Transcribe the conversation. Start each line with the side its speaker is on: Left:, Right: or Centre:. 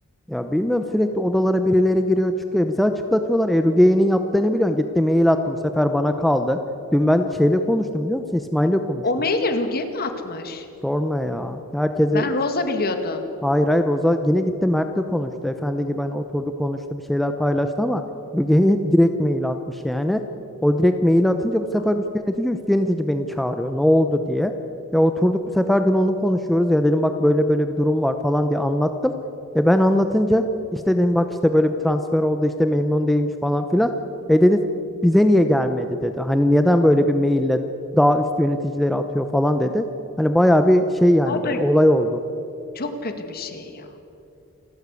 Centre: Ya bilmiyorum sürekli odalara birileri giriyor çıkıyor. Bize açıklatıyorlar. E, Rugeye'nin yaptığını biliyorsun. Gitti mail attı bu sefer bana kaldı. Dün ben şeyle konuştum biliyor musun? İsmail'le konuştum.
Left: O maili Rugi'ye mi atmış?
Centre: Sorma ya. Herkese
Left: Ben Rosa biliyordum.
Centre: Hayır hayır Roza yine gitti Mert'le konuştu. Efendi gibi hani oturdu konuştu bir şeyler paylaştı ama Müge'ye hep direkt mail atmış yani. O direkt maili atınca bu sefer
Left: Aa,
Centre: üst yönetici üst yönetici beni çağırıyor ne oldu diye. Ya oturduk bu sefer dün onu konuşuyoruz ya dedim bak böyle böyle bir durum var falan diye anlattım. E ben anlatınca işte dedim bak işte böyle bir transfer oldu işte memnun değilmiş falan filan. E dedi bize niye gelmedi dedi. Hani neden böyle bir maille daha üst yöneticileri atıyor falan dedi. Hani bayağı bir şey yani
Left: O da
Centre: böyle olay oldu.
Left: çok kötü bir şey ya.